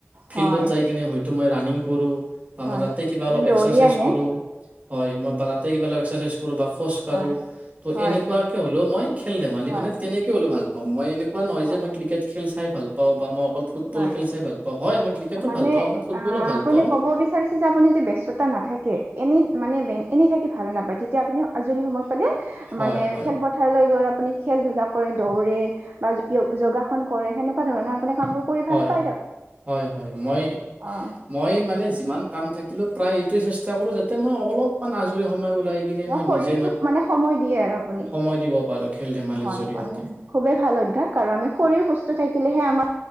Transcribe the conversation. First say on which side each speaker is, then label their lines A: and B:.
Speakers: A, on the right (about 50°); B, on the right (about 30°).
A: হয়
B: ফিল্ডত যাই কিনে হয়তো মই ৰানিং কৰোঁ বা
A: হয়
B: মই তাতে কিবা
A: আপুনি
B: অলপ এক্সাৰচাইজ
A: দৌৰি আহে
B: কৰো, হয় মই বা তাতে কিবা অলপ এক্সাৰচাইজ কৰোঁ বা খোজ কৰোঁ
A: হয়
B: তো
A: হয়
B: এনেকুৱাকে হ'লেও মই খেল ধমালি
A: হয়
B: মানে তেনেকে হ'লেও ভাল অ, মই এনেকুৱা নহয়
A: হয়
B: যে মই ক্ৰিকেট খেল চাই ভাল পাওঁ বা মই অকল ফুটবল
A: হয়
B: খেল চাই ভাল পাওঁ হয় মই ক্ৰিকেটো
A: মানে
B: ভাল পাওঁ, মই ফুটবলো
A: আহ
B: ভাল
A: আপুনি
B: পাওঁ।
A: ক'ব বিচাৰিছে যে আপুনি যদি ব্যস্তা নাথাকে, এনে মানে এনেই থাকি ভাল নাপায় তেতিয়া আপুনি আজৰি সময়ত পালে
B: হয়
A: মানে
B: হয়
A: খেলপথাৰলৈ গ'ল আপুনি খেল ধুলা কৰে দৌৰে বা <unintelligible> যোগাসন কৰে সেনেকুৱা ধৰণৰ আপোনাৰ কামবোৰ কৰি
B: হয়
A: ভাল পাই
B: হয় হয়, মই-মই
A: অ
B: মানে যিমান কাম থাকিলেও প্ৰায় এইটোৱে চেষ্টা কৰোঁ যাতে মই অলপমান আজৰি সময় ওলাই কিনে
A: ন
B: মই
A: শৰীৰটোক
B: নিজে
A: মানে সময় দিয়ে আৰু আপুনি।
B: সময় দিব পাৰোঁ খেল ধেমালিৰ
A: হয়
B: জৰিয়তে
A: হয় খুবেই ভাল অভ্যাস আৰু আমি শৰি সুস্থ থাকিলেহে আমাৰ